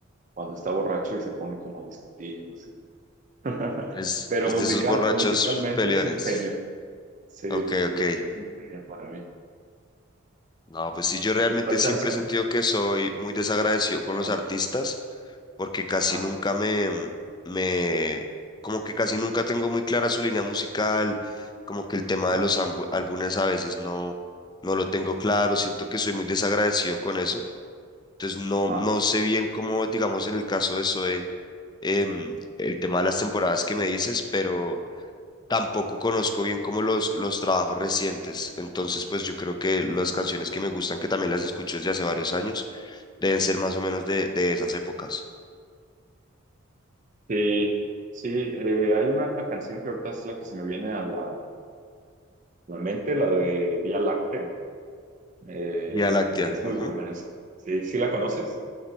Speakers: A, on the right; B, on the left.
A: cuando está borracho y se pone como a discutir o así. <laughs>
B: Es,
A: Pero
B: es
A: musical,
B: de esos borrachos
A: musicalmente
B: peleones.
A: es un genio. Sí,
B: Ok,
A: sí, sí,
B: ok.
A: es un genio para mí.
B: No, pues sí, yo realmente
A: ¿Y cuál
B: siempre
A: canción?
B: he sentido que soy muy desagradecido con los
A: Ajá,
B: artistas porque casi
A: ajá,
B: nunca me, me, como que casi nunca tengo muy clara su línea musical, como que el tema
A: ujú,
B: de los ambu- álbumes a veces no, no lo tengo claro, siento que soy muy desagradecido con eso, entonces no,
A: ajá.
B: no sé bien cómo, digamos, en el caso de Zoe, em, el tema de las temporadas que me dices, pero tampoco conozco bien como los, los trabajos recientes, entonces pues yo creo que las canciones que me gustan, que también las escucho desde hace varios años, deben ser más o menos de, de esas épocas.
A: Sí, sí, eh, hay una canción que ahorita es la que se me viene a la, la mente, la de Vía Láctea. Eh,
B: Vía Láctea.
A: es
B: ujú.
A: muy buena esa. Sí, ¿sí la conoces?